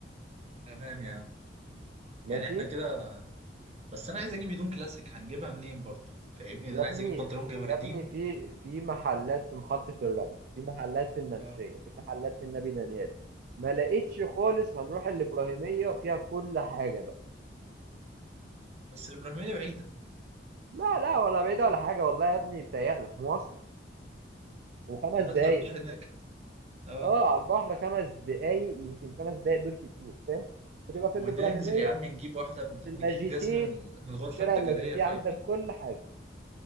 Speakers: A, on the right; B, on the right.
A: تمام يا عم
B: ماشي
A: يعني احنا كده بس انا عايز اجيب هدوم كلاسيك هنجيبها منين برضه فاهمني
B: يا
A: انا
B: ابني
A: عايز اجيب بنطلون جبردين
B: يا ابني في في محلات في محطه الرمل في محلات في المنشيه
A: اه
B: في محلات في النبي دانيال ما لقيتش خالص هنروح الابراهيميه فيها كل حاجه بقى
A: بس الابراهيميه بعيده
B: لا لا ولا بعيده ولا حاجه والله يا ابني بتهيألك مواصله وخمس
A: نطلع
B: دقايق
A: البحر
B: بس
A: نركب اه
B: اه على البحر خمس دقايق يمكن خمس دقايق دول كتير فاهم وتبقى في
A: وننزل
B: الابراهيميه
A: يا عم نجيب واحده من...
B: اللاجيتيه
A: نجيب جزمه من ال- من الغرفه
B: في شارع
A: التجاريه
B: اللاجيتيه
A: فاهمني
B: عندك كل حاجة